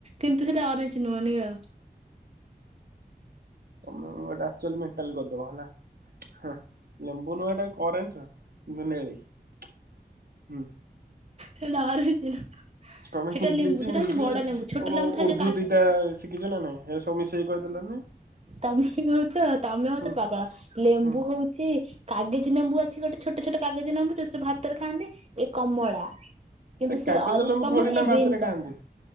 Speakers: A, on the right; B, on the right.
A: କିନ୍ତୁ ସେଇଟା ଅରେଞ୍ଜ ନୁଅଁ ନୀଳ।
B: ତୋମେ ଏଟା ଆକ୍ଚୁଲି ମେଣ୍ଟାଲ୍ କରିଦବ ହେଲା। ହଁ ଲେମ୍ବୁ ନୁଅ ଏଟା ଅରେଞ୍ଜ ନୁ ନେଇ ହୁଁ,।
A: ସେଟା ଅରେଞ୍ଜ ନୁହଁ।
B: ତୋମେ
A: ସେଇଟା
B: ଇଂଲିଶ
A: ଲେମ୍ବୁ ସେଇଟା
B: ହିନ୍ଦୀ
A: ହଉଛି ବଡ ଲେମ୍ବୁ ଛୋଟ
B: ଓ
A: ଲେମ୍ବୁ ଥାଏ
B: ଉର୍ଦ୍ଧୁ
A: ଯୋଉ କାଗ୍
B: ଦିଟା ଶିଖିଛ ନା ନାହିଁ ଏସବୁ ମିଶେଇକି କହିଦେଲନି?
A: ତୋମେ ସେମିତି ହଉଛ ତୋମେ ହଉଛ
B: ହୁଁ
A: ପାଗଳ। ଲେମ୍ବୁ
B: ହୁଁ।
A: ହଉଛି କାଗେଜୀ ନେମ୍ବୁ ଅଛି ଗୋଟେ ଛୋଟ ଛୋଟ କାଗେଜୀ ନେମ୍ବୁ ଯୋଉଥିରେ ଭାତରେ ଖାଆନ୍ତି। ଏ କମଳା କିନ୍ତୁ
B: ଆରେ
A: ସିଏ
B: କାଗଜ
A: ଅରେଞ୍ଜ
B: ଲେମ୍ବୁ
A: କମଳା
B: ଥୋଡି ନା
A: ଇଏ
B: ଭାତରେ
A: ଗ୍ରୀନ୍ କମଳା।
B: ଖାଆନ୍ତି